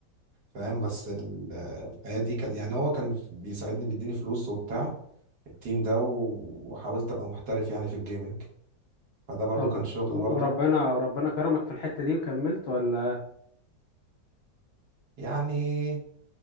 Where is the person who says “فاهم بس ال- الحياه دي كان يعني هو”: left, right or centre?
Right